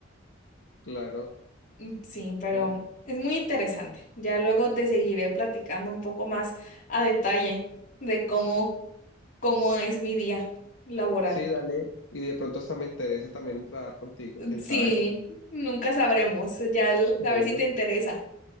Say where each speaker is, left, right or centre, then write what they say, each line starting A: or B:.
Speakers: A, on the left (about 80°); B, on the left (about 45°).
A: Claro.
B: Mm, Sí, pero
A: Sí,
B: es muy interesante. Ya luego te seguiré platicando un poco más a detalle de cómo, cómo es mi día laboral.
A: Sí, dale. Y de pronto hasta me interese también trabajar contigo,
B: Mm,
A: quién
B: Sí,
A: sabe.
B: nunca sabremos. Ya el-
A: Bueno,
B: a ver si te interesa.